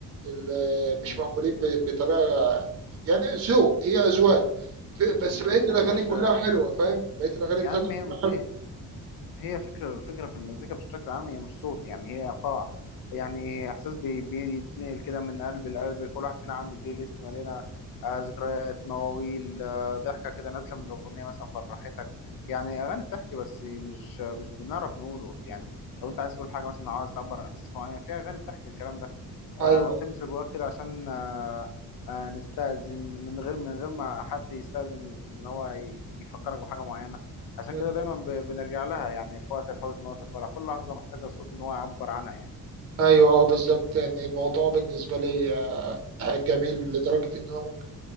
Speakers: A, on the right; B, on the left.
A: اللي
B: مم،
A: مش مقبولين ب- بطريقة يعني ذوق هي أذواق في-
B: مم،
A: بس بقيه
B: مم.
A: الاغاني
B: هي مش
A: كلها حلوه فاهم بقيه الاغاني
B: يعني
A: بتاعته كلها
B: هي
A: حلوه
B: هي هي فكرة فكرة في المزيكا بشكل عام هي مش صوت يعني هي إيقاع يعني إحساس بي- بيتنقل كده من قلب لقلب كل واحد فينا عنده بلاي ليست مليانة آه، ذكريات مواويل آه، ضحكة كده نازلة من أغنية مثلا فرحتك يعني أغاني بتحكي بس مش مش بنعرف نقوله يعني لو أنت عايز تقول حاجة مثلا أو عايز تعبر عن إحساس معين في أغاني بتحكي الكلام ده آه،
A: ايوه
B: بتلمس جواك كده عشان آه، آه، نستأذن من غير من غير ما حد يستأذن إن هو ي- يفكرك بحاجة معينة عشان
A: مم.
B: كده دايما ب- بنرجع لها يعني في وقت الحزن وقت الفرح كل لحظة محتاجة صوت إن هو يعبر عنها يعني
A: ايوه اه بالظبط يعني الموضوع بالنسبه لي آه، جميل لدرجه ان انا ممكن